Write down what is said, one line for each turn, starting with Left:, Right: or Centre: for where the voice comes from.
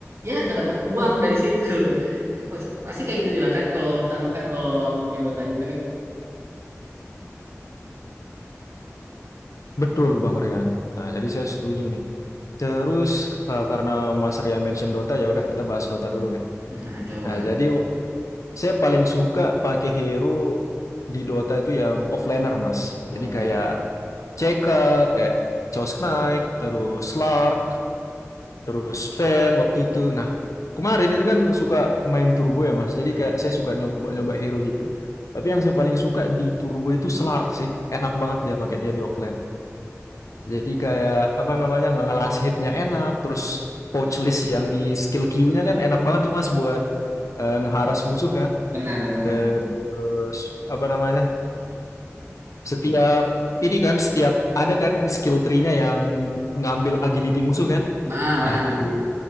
Right: ya nggak dapat uang dari situ. <laughs> Kan pas- Pasti kayak gitu juga kan kalau menurut abang kan kalau abang main Dota juga kan.
Left: Betul, Bang Rian. Nah, jadi saya setuju nih. Terus eh, karena Mas Rian mention Dota, ya udah kita bahas Dota dulu nih.
Right: Nah coba
Left: Nah, jadi w- saya paling suka pakai hero di Dota itu yang offlaner, Mas.
Right: Nah,
Left: Jadi
Right: plan.
Left: kayak CK, kayak Chaos Knight, terus Slark, terus Fen waktu itu. Nah, kemarin ini kan suka main turbo ya, Mas. Jadi kayak saya suka nyoba-nyoba hero gitu. Tapi yang saya paling suka di turbo itu Slark sih. Enak banget dia pakai dia di offline Jadi kayak apa namanya nggak ngelas hitnya enak, terus pouch list yang di skill Q-nya kan enak banget tuh Mas buat eh, ngeharas musuh kan.
Right: Benar benar.
Left: Terus apa namanya? Setiap ini kan setiap ada kan skill tree-nya yang ngambil agility musuh kan.
Right: Nah benar.
Left: Nah, itu